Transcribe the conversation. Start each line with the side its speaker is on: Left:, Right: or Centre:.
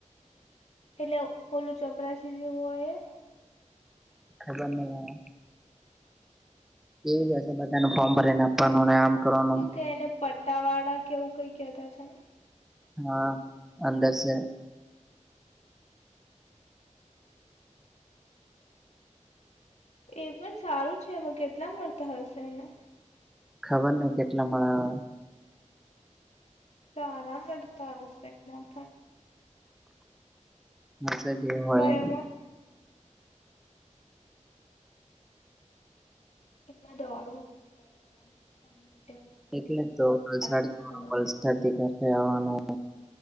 Left: એટલે ખોલું ચોપરા જેવું હોય એ.
Centre: ખબર નહી હા. એ હશે બધાનું ફોર્મ ભરીને આપવાનુંને આમ. કરવાનું
Left: શું કે એને પટ્ટાવાળા કેવું કઈ કેતા છે ને.
Centre: હા અંદર છે.
Left: એ પણ સારું છે એમાં કેટલા મળતા હશે એને.
Centre: ખબર નહી કેટલા મળા.
Left: સારા મળતા હશે એમાં પણ.
Centre: હશે જે હોય
Left: પણ
Centre: એ.
Left: એમાં એમાં દોડવું પડે પણ. જવું
Centre: એટલે
Left: પડે ગમે
Centre: તો વલસાડ
Left: ત્યારે કસ્ટમર
Centre: વલસાડથી સાથે આવાનું.